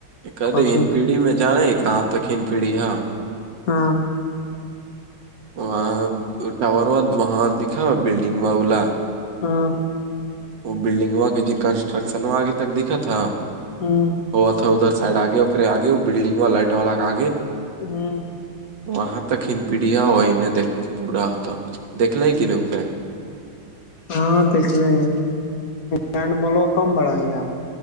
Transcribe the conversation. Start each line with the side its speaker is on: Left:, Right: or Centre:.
Right: کد
Left: کوچی
Right: ہن پیڑھی میں جانا کہاں تک ہن پیڑھی ہاں
Left: ہاں
Right: وہاں ٹاور ہوا وہاں دکھا بلڈنگ با بولا
Left: ہاں
Right: وہ بلڈنگا کہ جی کنسٹرکشن وہ آگے تک دکھا تھا
Left: ہاں
Right: ہو اتا ادھر سائڈ آگےےگے بلڈنگ وا لائٹ والا کے آگے
Left: ہاں
Right: وہاں ت کھن پیڑیا وہ نے دیکھ پورا ہو تو دیکھ لے کی نہیں اوپر
Left: ہاں دیکھ لے گ لینڈ مال وہ کم بڑا ہے یار